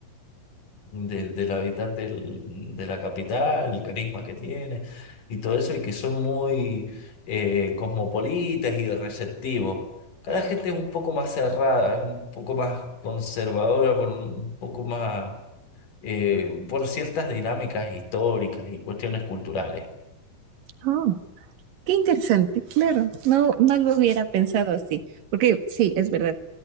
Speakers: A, on the left; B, on the right.
A: de- del habitante del- de la capital, el carisma que tiene y todo eso, y que son muy eh, cosmopolitas y receptivos. Cada gente es un poco más cerrada, es un poco más conservadora, por un poco más eh, por ciertas dinámicas históricas y cuestiones culturales.
B: Oh, qué interesante, claro. No, no lo hubiera pensado así, porque sí, es verdad.